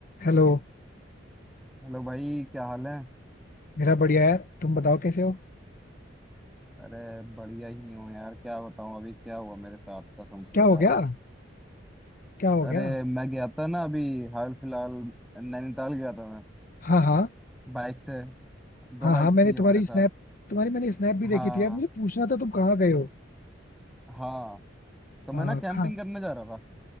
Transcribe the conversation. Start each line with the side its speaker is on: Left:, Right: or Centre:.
Left: Hello
Centre: Hello भाई क्या हाल है
Left: मेरा बढ़िया यार तुम बताओ कैसे हो
Centre: अरे बढ़िया ही हूँ यार क्या बताऊँ अभी क्या हुआ मेरे साथ कसम से
Left: क्या हो
Centre: यार
Left: गया क्या हो गया
Centre: अरे मैं गया था ना अभी हाल फिलहाल नैनीताल गया था मैं
Left: हाँ हाँ
Centre: बाइक से दो
Left: हाँ
Centre: बाइक
Left: हाँ मैंने
Centre: थी
Left: तुम्हारी
Centre: हमारे साथ
Left: स्नैप तुम्हारी मैंने स्नैप भी देखी
Centre: हाँ
Left: थी यार मुझे पूछना था तुम कहाँ गए हो
Centre: हाँ तो मैं
Left: हाँ
Centre: ना कैंपिंग
Left: हाँ
Centre: करने जा रहा था